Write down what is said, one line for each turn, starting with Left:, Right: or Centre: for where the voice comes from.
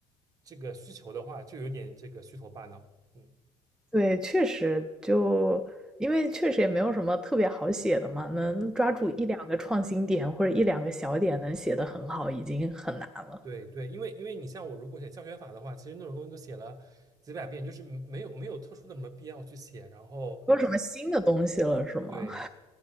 Right: 这个需求的话，就有点这个虚头巴脑，嗯。
Centre: 对，确实就因为确实也没有什么特别好写的嘛，能抓住一两个创新点或者一两个小点能写得很好，已经很难了。
Right: 对对，因为因为你像我，如果写教学法的话，其实那种东西都写了几百遍，就是没有没有特殊的什么必要去写。然后
Centre: 没有什么新的东西了，是吗？
Right: 对，